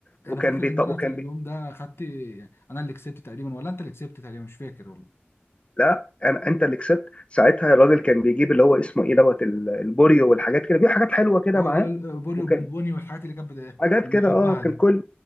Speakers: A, on the left; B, on the left.
A: وكان
B: أنا فاكر
A: بيط...
B: إن
A: وكان
B: أنا في اليوم
A: بي...
B: ده خدت أنا اللي كسبت تقريبا ولا أنت اللي كسبت تقريبا مش فاكر والله
A: لا أنا... انت اللي كسبت ساعتها الراجل كان بيجيب اللي هو اسمه ايه دوت ال- البوريو والحاجات كده بيجيب حاجات حلوه كده
B: اه
A: معاه
B: اللي هي البوري
A: وكان
B: وبونبوني والحاجات اللي كانت بت-
A: حاجات
B: بنحبها
A: كده اه كان
B: دي
A: كل